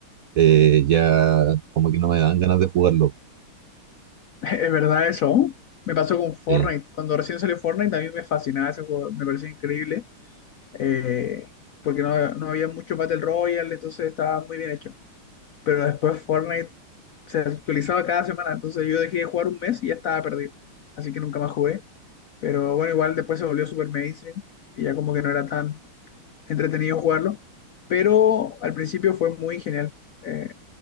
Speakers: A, on the right (about 80°); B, on the left (about 85°).
A: eh, ya como que no me dan ganas de jugarlo.
B: Es verdad eso. Me pasó con Fortnite.
A: Sí,
B: Cuando recién salió Fortnite, a mí me fascinaba ese juego, me parecía increíble. eh, porque no, no había mucho Battle Royale, entonces estaba muy bien hecho. Pero después Fortnite se actualizaba cada semana, entonces yo dejé de jugar un mes y ya estaba perdido. Así que nunca más jugué. Pero bueno, igual después se volvió super mainstream y ya como que no era tan entretenido jugarlo. Pero al principio fue muy genial. Eh,